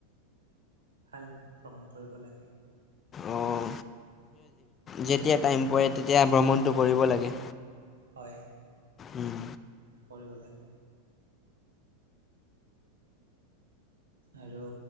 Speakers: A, on the right; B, on the left.
A: ভাল। ভ্ৰমন কৰিব লাগে।
B: অঁ যেতিয়া টাইম পোৱা তেতিয়াই ভ্ৰমণটো কৰিব লাগে।
A: হয়।
B: উম।
A: কৰিব লাগে। আৰু